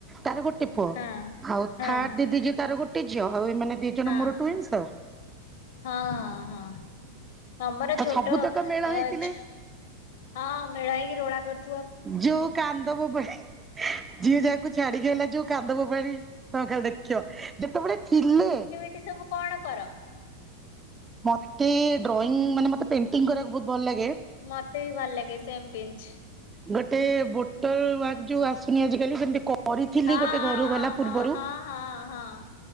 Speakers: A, on the right; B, on the left.
A: ତାର ଗୋଟେ
B: ହଁ
A: ଆଉ
B: ହଁ।
A: ଥାର୍ ଦିଦି ତାର ଗୋଟେ ଝିଅ ଆଉ ଏମାନେ ଦି ଜଣ
B: ହଁ
A: ମୋର ଟୁଇସ୍ ଆଉ।
B: ହଁ, ହଁ ତମର
A: ତ
B: ଛୋଟ
A: ସବୁତକ ମେଳ
B: ଅଛ।
A: ହେଇଥିଲେ
B: ହଁ ମେଳଇକି ରୋଳା କରୁ
A: ଯୋଉ କାନ୍ଦ ବୋବାଳି। ଯିଏ ଯାହାକୁ ଛାଡିି଼ କି ହେଲା ଯୋଉ କାନ୍ଦବ ବୋବାଳି ତମେ ଖାଲି ଦେଖିବ ଯେତେବଳେ ଥିଲେ।
B: ଏ ସବୁ କଣ କର?
A: ମତେ ଡ୍ରଇଂ ମାନେ ମତେ ପେଣ୍ଟିଂ କରିବାକୁ ବହୁତ୍ ଭଲ ଲାଗେ।
B: ମତେ ବି ଭଲ ଲାଗେ ସେମ ପିନଚ୍।
A: ଗୋଟେ ବୋଟଲ ୱାଟ ଯୋଉ ଆସୁନି ଆଜ କାଲି ସେମତି କରିଥିଲି
B: ହଁ
A: ଗୋଟେ ଘରୁ
B: ହଁ
A: ଗଲା ପୂର୍ବରୁ।
B: ହଁ ହଁ ହଁ ହଁ ହଁ